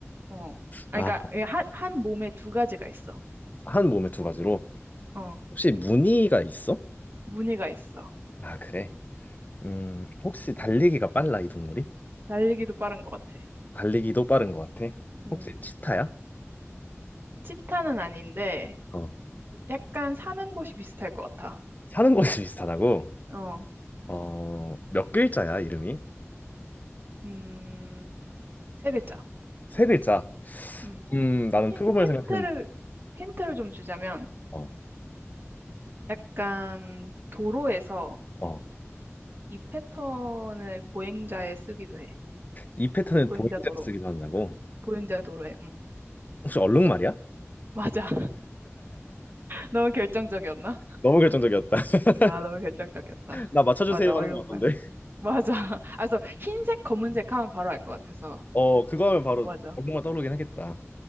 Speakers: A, on the right (about 45°); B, on the left (about 35°).
A: 어. 아,
B: 아,
A: 그러니까, 예, 한, 한 몸에 두 가지가 있어.
B: 한 몸에 두 가지로.
A: 어,
B: 혹시 무늬가 있어?
A: 무늬가 있어.
B: 아, 그래. 음, 혹시 달리기가 빨라, 이 동물이?
A: 달리기도 빠른 것 같아.
B: 달리기도 빠른 것 같아.
A: 음,
B: 혹시 치타야?
A: 치타는 아닌데,
B: 어.
A: 약간 사는 곳이 비슷할 것 같아.
B: 사는 곳이 비슷하다고?
A: 어,
B: 어, 몇 글자야, 이름이?
A: 음, 세 글자.
B: 세 글자.
A: 음,
B: 음, 나는
A: 힌,
B: 표고물
A: 힌트를,
B: 생각했는데.
A: 힌트를 좀 주자면,
B: 어,
A: 약간 도로에서
B: 어.
A: 이 패턴을 보행자에 쓰기도 해.
B: 이 패턴을
A: 보행자
B: 보행자
A: 도로.
B: 쓰기도 한다고?
A: 보행자 도로에. 음.
B: 혹시 얼룩말이야?
A: 맞아. 너무 결정적이었나?
B: 너무 결정적이었다. <laughs>
A: 아, 너무 결정적이었다.
B: 나 맞춰주세요
A: 맞아, 얼룩말.
B: 하는 것 같던데.
A: 맞아. <laughs> 아, 그래서 흰색, 검은색 하면 바로 알 것 같아서.
B: 어, 그거 하면 바로
A: 맞아,
B: 얼룩말 떠오르긴 하겠다.